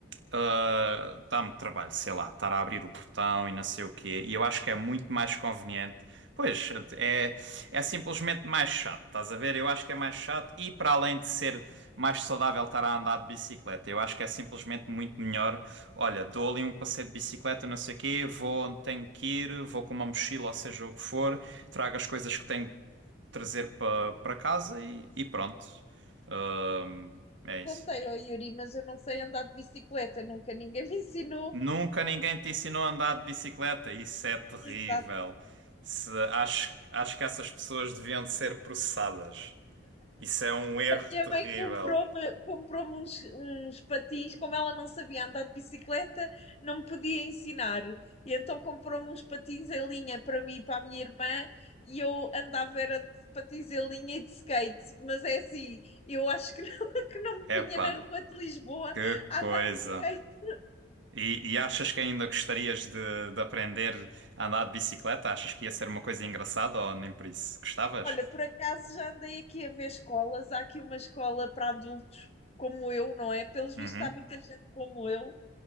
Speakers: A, on the right; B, on the left.
A: ah, dá-me trabalho, sei lá, estar a abrir o portão e não sei o quê, e eu acho que é muito mais conveniente. Pois, é, é simplesmente mais chato, estás a ver? Eu acho que é mais chato e para além de ser mais saudável estar a andar de bicicleta. Eu acho que é simplesmente muito melhor. Olha, dou ali um passeio de bicicleta, não sei o quê, vou onde tenho que ir, vou com uma mochila, ou seja o que for, trago as coisas que tenho que trazer para para casa e, e pronto. Hum, É isso.
B: Contei ao Yuri, mas eu não sei andar de bicicleta, nunca ninguém me ensinou.
A: Nunca ninguém te ensinou a andar de bicicleta. Isso é terrível.
B: <laughs>
A: Se- acho, acho que essas pessoas deviam de ser processadas. Isso é um erro
B: minha
A: terrível.
B: mãe comprou-me comprou uns, uns patins, como ela não sabia andar de bicicleta, não me podia ensinar. E então comprou-me uns patins em linha para mim e para a minha irmã, e eu andava era de patins em linha e de skate. Mas é assim, eu acho que não, <laughs> que não me punha
A: Epá,
B: na rua de Lisboa
A: que coisa.
B: a andar de skate.
A: E, e achas que ainda gostarias de, de aprender a andar de bicicleta? Achas que ia ser uma coisa engraçada ou nem por isso? Gostavas?
B: Olha, por acaso já andei aqui a ver escolas. Há aqui uma escola para adultos como eu, não é? Pelos vistos,
A: Uhum,
B: há muita gente como eu